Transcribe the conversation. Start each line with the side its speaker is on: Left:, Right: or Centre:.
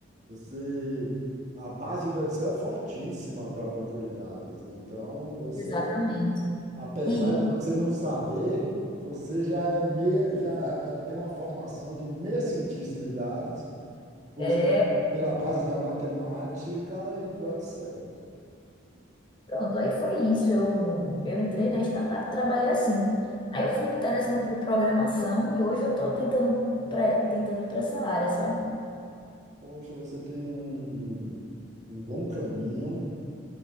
Right: você a base do Excel é fortíssima para banco de dados. Então, você,
Left: exatamente.
Right: apesar
Left: E
Right: de você não saber, você já é meia, já, já tem uma formação de meia cientista de dados por-
Left: É,
Right: pela base da matemática e do Excel.
Left: pronto, aí foi isso. Eu, eu entrei na startup e trabalhei assim. Aí eu fui me interessando por programação e hoje eu estou tentando, pra- tentando ir para essa área, sabe?
Right: Poxa, você tem um, um, um bom caminho